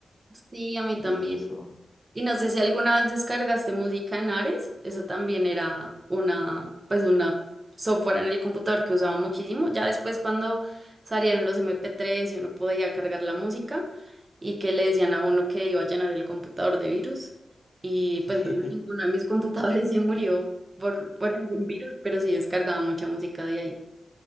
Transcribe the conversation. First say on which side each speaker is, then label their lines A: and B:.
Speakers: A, on the right; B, on the left.
A: Sí, a mí
B: de
A: también.
B: eso. <laughs>
A: Y no sé si alguna vez descargaste música en Ares. Eso también era una, pues una software en el computador que usaba muchísimo. Ya después cuando salieron los mp tres y uno podía cargar la música y que le decían a uno que iba a llenar el computador de virus. Y
B: Sí,
A: pues bueno, ninguno de mis <laughs> computadores se murió por, por algún virus, pero sí descargaba mucha música de ahí.